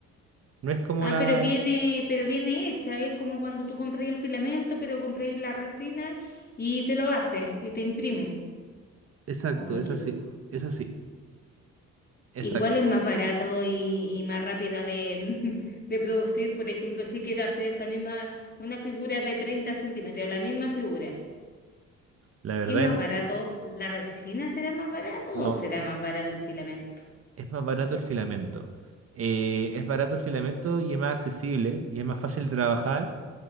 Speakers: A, on the right (about 50°); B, on the left (about 30°).
A: No es como
B: Ah,
A: la...
B: pero viene, pero viene hecha, es como cuando tú compras el filamento, pero compras la resina y te lo hace y te imprime.
A: Exacto,
B: ¿O me
A: es
B: equivoco?
A: así. Es así. Exacto.
B: ¿Y cuál es más barato y, y más rápida de, <laughs> de producir? Por ejemplo, si quiero hacer esta misma, una figura de 30 centímetros, la misma figura.
A: La verdad,
B: ¿Qué es más
A: en-
B: barato? ¿La resina será más barato
A: no.
B: o será más barato el filamento?
A: Es más barato el filamento. Eh, es barato el filamento y es más accesible y es más fácil de trabajar.